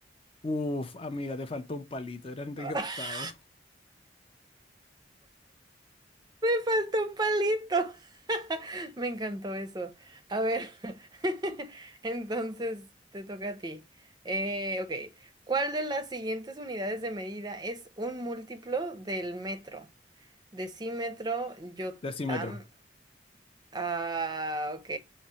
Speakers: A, on the left (about 30°); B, on the right (about 25°).
A: Uf, amiga, te faltó un palito, era Enrique
B: <laughs>
A: VIII.
B: Falta un palito. <laughs> Me encantó eso. A ver, <laughs> entonces te toca a ti. Eh, ok, ¿cuál de las siguientes unidades de medida es un múltiplo del metro? Decímetro, yotam...
A: Decímetro,
B: Ah, ok,